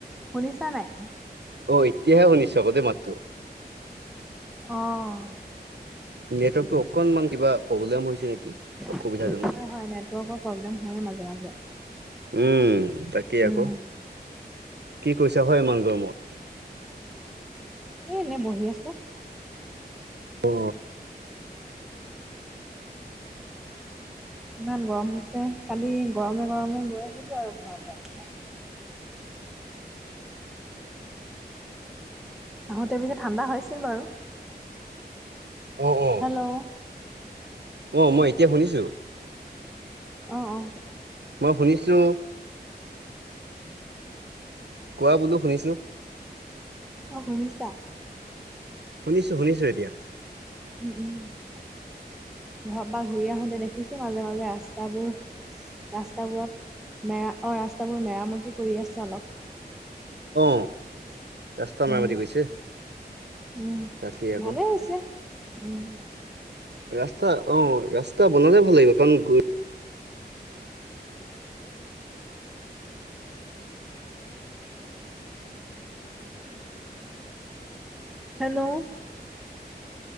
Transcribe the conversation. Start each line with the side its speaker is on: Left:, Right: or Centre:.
Centre: শুনিছা নাই?
Right: অঁ, এতিয়াহে শুনিছোঁ আক' দেই মাতটো।
Centre: অঁ
Right: নেটৱৰ্কটো অকণমান কিবা প্ৰব্লেম হৈছে নেকি?
Centre: হয়,
Right: অসুবিধাজনক।
Centre: হয় নেটৱৰ্কৰ প্ৰব্লেম হয় মাজে মাজে।
Right: উমঁ! তাকেই
Centre: উম
Right: আক কি কৈছা হয় ইমান গৰমত
Centre: এ এনেই বহি আছোঁ।
Right: অ
Centre: ইমান গৰম হৈছে কালি গৰমে গৰমে গৈ আহিলো আৰু ঘৰৰত যাই পাই আহোতে পিছে ঠাণ্ডা হৈছিল বাৰু।
Right: অঁ অঁ!
Centre: হেল্ল' অ
Right: অঁ মই এতিয়া শুনিছোঁ
Centre: অঁ অঁ।
Right: মই শুনিছোঁ কোৱা বোলো শুনিছোঁ।
Centre: অঁ শুনিছা।
Right: শুনিছো শুনিছো এতিয়া
Centre: উমঁ উমঁ ঘৰ পৰা ঘূৰি আহোতে দেখিছো মাজে মাজে ৰাস্তাবোৰ ৰাস্তাবোৰত মেৰা অ ৰাস্তাবোৰ মেৰামতি কৰি আছে অলপ।
Right: অঁ! ৰাস্তা
Centre: উম
Right: মেৰামতি কৰিছে
Centre: উম,
Right: তাকেই আক
Centre: ভালে হৈছে। উম,
Right: ৰাস্তা অ ৰাস্তা বনালে ভাল লাগিব কাৰণ গোত
Centre: hello!